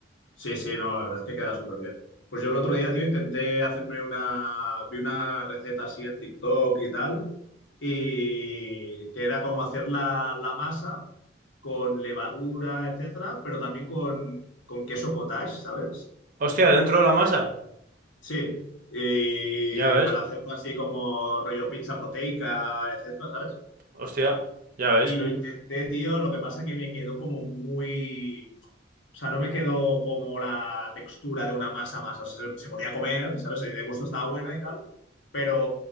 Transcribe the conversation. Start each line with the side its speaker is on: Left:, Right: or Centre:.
Left: sí, sí, no, la verdad es que queda súper bien. Pues yo el otro día, tío, intenté hacerme una, vi una receta así en TikTok y tal, y que era como hacer la, la masa con levadura, etcétera, pero también con, con queso cottage, ¿sabes?
Right: Hostia, dentro de la masa.
Left: Sí, y
Right: Ya ves,
Left: para hacerlo así como rollo pizza proteica, etcétera, ¿sabes?
Right: hostia, ya ves.
Left: Y lo intenté, tío, lo que pasa que me quedó como muy... O sea, no me quedó como la textura de una masa masa. O sea, se, se podía comer, ¿sabes? Y de gusto estaba buena y tal. Pero,